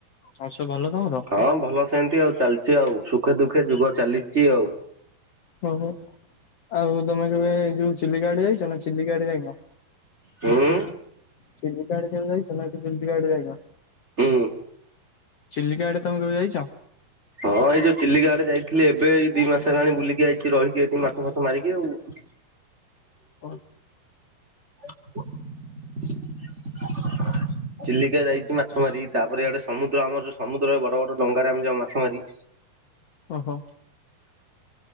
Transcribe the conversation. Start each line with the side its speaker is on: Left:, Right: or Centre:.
Left: ଆଉ ସବୁ ଭଲ ତମର
Right: ହଁ ଭଲ ସେମତି ଆଉ ଚାଲ <unintelligible> ଆଉ ସୁଖେ ଦୁଃଖେ ଯୁଗ ଚାଲିଛି ଆଉ।
Left: ଓହୋ ଆଉ ତମେ କେବେ ଯୋଉ ଚିଲିକା ଆଡେ ଯାଇଛ ନା ଚିଲିକା ଆଡେ ଯାଇନ।
Right: ହୁଁ।
Left: ଚିଲ୍ଲିକା ଆଡେ କେବେ ଯାଇଛୁ ନା ଚିଲିକା ଆଡେ କେବେ ଯାଇନ।
Right: ହୁଁ।
Left: ଚିଲିକା ଆଡେ ତମେ କେବେ ଯାଇଛ?
Right: ହଁ ଏଇ ଯୋଉ ଚିଲଆଡେ ଯାଇଥିଲି ଏବେ ଏଇ ଦିଇ ମାସ ହେଲାଣି ବୁଲିକି ଆଇଛି ରହିକି ଏଠି ମାଛ ପାଚ ମାରିକି ଆଉ।
Left: <unintelligible>
Right: <unintelligible> <unintelligible> ଚିଲିକା ଯାଇଛି ମାଛ ମାରି ତାପରେ ଆଡେ ସମୁଦ୍ର ଆମର ସମୁଦ୍ରରେ ବଡ ବଡ ଡଙ୍ଗାରେ ଆମେ ଯାଉ ମାଛ ମାରି।
Left: ଓ ହୋ।